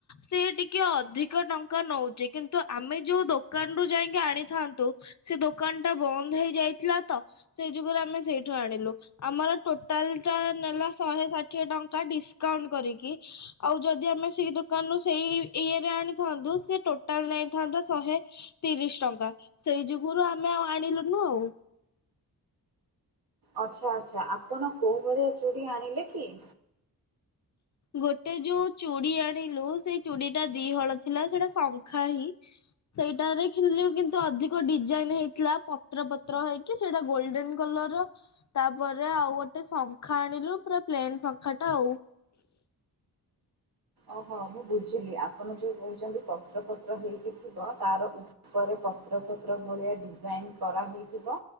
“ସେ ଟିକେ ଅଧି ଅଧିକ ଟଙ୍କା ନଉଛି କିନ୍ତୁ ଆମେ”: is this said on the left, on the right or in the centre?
Left